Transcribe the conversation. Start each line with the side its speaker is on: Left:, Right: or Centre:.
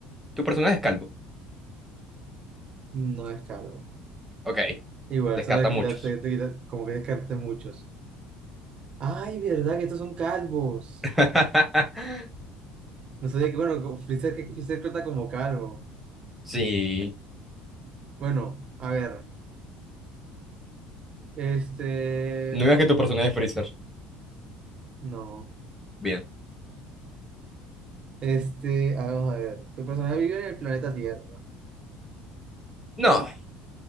Centre: tu personaje es calvo.
Right: No es calvo.
Centre: Ok,
Right: Igual,
Centre: descarta
Right: solo te
Centre: muchos.
Right: quitarte, te quita- como que descarte muchos. Ay, verdad que estos son calvos.
Centre: <laughs>
Right: No sabía que, bueno, co- Freezer, que Freezer cuenta como calvo.
Centre: Sí,
Right: Bueno, a ver. Este.
Centre: no digas que tu personaje es Freezer.
Right: No.
Centre: Bien.
Right: Este, vamos a ver. Tu personaje vive en el planeta Tierra.
Centre: No,